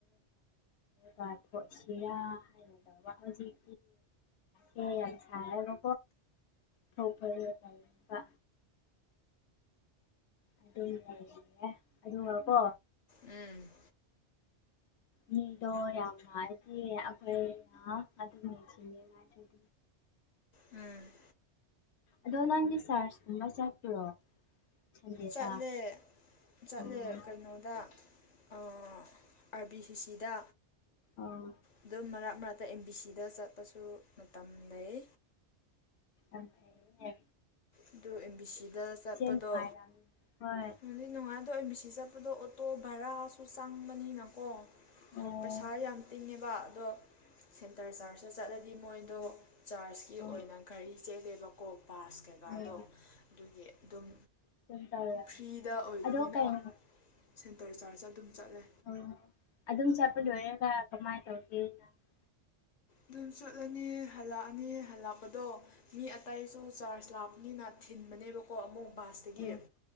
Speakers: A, on the left; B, on the left.
A: ꯀꯥꯊꯣꯠꯁꯤꯔꯥ ꯍꯥꯏꯅꯗꯧꯕ ꯍꯧꯖꯤꯛ ꯌꯦꯡꯉꯦ ꯥ ꯂꯣ ꯊꯧ ꯐ ꯇ ꯑꯗꯨꯝ ꯂꯩꯍꯦ ꯑꯗꯨꯒꯀꯣ
B: ꯎꯝ
A: ꯃꯤꯗꯣ ꯌꯥꯝꯅ ꯍꯥꯏꯗꯤ ꯑꯩꯈꯣꯏꯅ ꯑꯗꯨꯅꯦꯁꯤꯅꯦꯗꯤ
B: ꯎꯝ
A: ꯑꯗꯣ ꯅꯪꯒꯤ ꯆꯥꯔꯖꯀꯨꯝꯕ ꯆꯠꯄ꯭ꯔꯣ ꯁꯟꯗꯦꯗ
B: ꯆꯠꯂꯦ ꯆꯠꯂꯦ
A: ꯑꯣ
B: ꯀꯩꯅꯣꯗ ꯑꯥꯔ ꯕꯤ ꯁꯤ ꯁꯤꯗ
A: ꯑꯣ
B: ꯑꯗꯨꯝ ꯃꯔꯥꯠ ꯃꯔꯠ ꯑꯗ ꯑꯦꯝ ꯕꯤ ꯁꯤꯗ ꯆꯠꯄꯁꯨ ꯃꯇꯝ ꯂꯩ
A: ꯑ ꯌꯥ
B: ꯑꯗꯨ ꯑꯦꯝ ꯕꯤ ꯁꯤꯗ ꯆꯠꯄꯗꯣ
A: ꯅꯨꯡꯉꯥꯏꯔꯝꯅꯤ ꯍꯣꯏ
B: ꯅꯪꯗꯤ ꯅꯨꯡꯉꯥꯏ ꯑꯗꯣ ꯃꯤꯁꯤ ꯆꯠꯄꯗꯣ ꯑꯣꯇꯣ ꯚꯔꯥꯁꯨ ꯆꯪꯕꯅꯤꯅꯀꯣ
A: ꯑꯣ
B: ꯄꯩꯁꯥ ꯌꯥꯝ ꯇꯤꯡꯉꯦꯕ ꯑꯗꯣ ꯁꯦꯟꯇꯔ ꯆꯥꯔꯖꯇ ꯆꯠꯂꯗꯤ ꯃꯣꯏꯗꯣ ꯆꯥꯔꯖꯀꯤ
A: ꯑꯣ
B: ꯑꯣꯏꯅ ꯘꯔꯤ ꯆꯦꯜꯂꯦꯕꯀꯣ ꯕꯥꯁ ꯀꯩꯀꯥꯗꯣ
A: ꯎꯝ
B: ꯑꯗꯨꯒꯤ ꯑꯗꯨꯝ
A: ꯑꯗꯨꯝ ꯇꯧꯔꯝꯅꯤ
B: ꯐ꯭ꯔꯤꯗ
A: ꯍꯣꯏ
B: ꯑꯣꯏꯕꯅꯤꯅ
A: ꯑꯗꯣ ꯀꯩꯅꯣ
B: ꯁꯦꯟꯇꯔ ꯆꯥꯔꯖ ꯑꯗꯨꯝ ꯆꯠꯂꯦ
A: ꯑꯣ ꯑꯗꯨꯝ ꯆꯠꯄ ꯂꯣꯏꯔꯒ ꯀꯃꯥꯏꯅ ꯇꯧꯒꯦ ꯅꯪ
B: ꯑꯗꯨꯝ ꯆꯨꯠꯂꯅꯤ ꯍꯜꯂꯛꯑꯅꯤ ꯍꯜꯂꯛꯄꯗꯣ ꯃꯤ ꯑꯇꯥꯏ ꯑꯁꯨ ꯆꯥꯔꯖ ꯂꯥꯛꯄꯅꯤꯅ ꯊꯤꯟꯕꯅꯦꯕꯀꯣ ꯑꯃꯨꯛ ꯕꯥꯁꯇꯒꯤ
A: ꯎꯝ